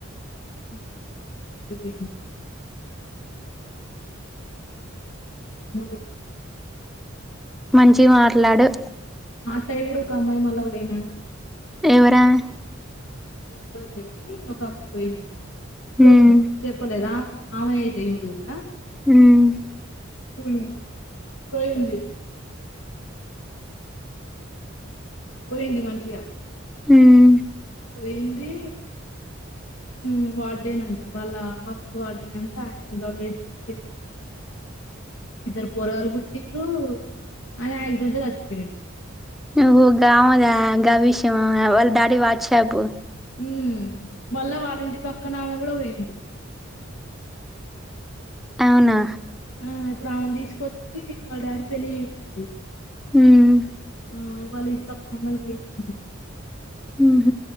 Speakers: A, on the left; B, in the centre.
A: ఆ సైడు కుడా ఒక అమ్మాయి పొయ్యింది. తే <inaudible> జేసిల్లు
B: మంచిగ్ మాట్లాడు.
A: మా సైడ్ ఒక అమ్మాయి మళ్ళ పోయింది. అంటున్నారు.
B: ఎవరామే?
A: తెలుగొల్లెే కానీ ఒక అమ్మాయి పొయ్యింది, అప్పుడు
B: ఉమ్
A: నువ్ చెప్పలేదా? ఆమె ఏజ్ ఈమిది కూడా.
B: ఉమ్.
A: పొయ్ పోయింది. పొయింది మంచిగా
B: ఉమ్
A: పొయింది. ఉమ్ వార్డెన్ అంటా వాళ్ళ హాస్టల్ వార్డెనే అంట ఆయనని లవ్ చేసింది పెళ్లి చేసుకు ఉంది. ఇద్దరు పొరగాలు పుట్టిర్రు ఆయన యాక్సిడెంట్లో సచ్చిపోయిండు.
B: ఓహో గావదా గా విశ్యమా వాళ్ డాడీ ది వాచ్ షాపు.
A: ఉమ్ మళ్ళా వాలింటి పక్కనామె కూడా పోయింది.
B: అవ్నా.
A: ఆ ఇప్పుడు ఆమెను తీసుకొచ్చి వాళ్ డాడీ పెళ్ళి చేసిండు.
B: హుమ్.
A: మాయి వాళ ఇంటి పక్కన్ అమ్మాయి పోయింది. మళ్ళ.
B: ఉహ్ హు